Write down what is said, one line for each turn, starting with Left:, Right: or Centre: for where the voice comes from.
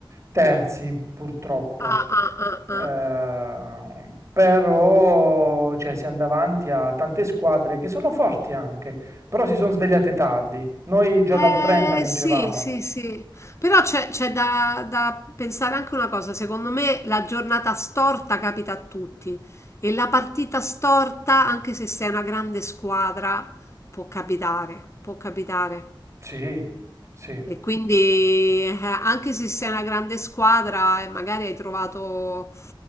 Right: terzi purtroppo.
Left: Ah, ah, ah,
Right: Eh,
Left: ah.
Right: però cioè, siamo davanti a tante squadre che sono forti anche, però si sono svegliate tardi. Noi già
Left: Eh,
Right: dal 30 vincevamo.
Left: sì, sì, sì. Però c'è c'è da, da pensare anche una cosa, secondo me la giornata storta capita a tutti e la partita storta, anche se sei una grande squadra, può capitare, può capitare.
Right: Sì, sì.
Left: E quindi eh, anche se sei una grande squadra e magari hai trovato